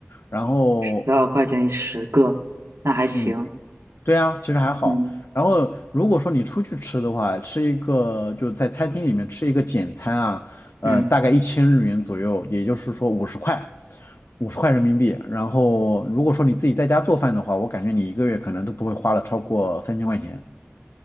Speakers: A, on the left (about 60°); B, on the right (about 70°).
A: 然后，
B: 十二块钱十个，那还行。
A: 嗯，对啊，其实还好。
B: 嗯
A: 然后如果说你出去吃的话，吃一个就在餐厅里面吃一个简餐啊，呃，
B: 嗯，
A: 大概一千日元左右，也就是说五十块，五十块人民币。然后如果说你自己在家做饭的话，我感觉你一个月可能都不会花了超过三千块钱。